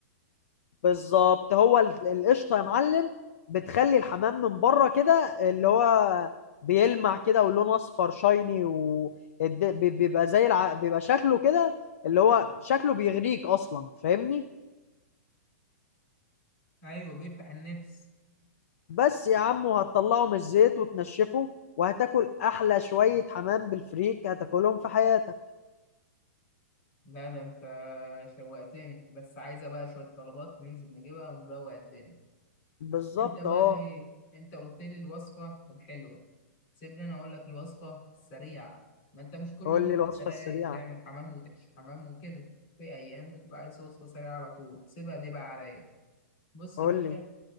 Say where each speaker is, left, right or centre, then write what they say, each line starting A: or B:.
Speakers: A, on the left; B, on the left.
A: بالظبط هو ال- القشطه يا معلم بتخلي الحمام من بره كده اللي هو بيلمع كده ولونه اصفر شايني وبيبقى زي الع... بيبقى شكله كده اللي هو شكله بيغريك اصلا فاهمني
B: ايوه بيفتح النفس
A: بس يا عم وهتطلعه من الزيت وتنشفه وهتاكل احلى شويه حمام بالفريك هتاكلهم في حياتك
B: لا ده انت شوقتني بس عايزة بقى شوية طلبات ننزل نجيبها ونروق الدنيا
A: بالظبط
B: انت بقى
A: اه
B: ايه انت قلت لي الوصفة الحلوة سيبني انا اقول لك الوصفة السريعة ما انت مش كل
A: قول
B: يوم
A: لي الوصفه
B: بتبقى رايق
A: السريعه
B: تعمل حمام وتعيش حمام وكده في ايام بتبقى عايز وصفة سريعة على طول سيبها دي بقى عليا بص
A: قول
B: يا باشا
A: لي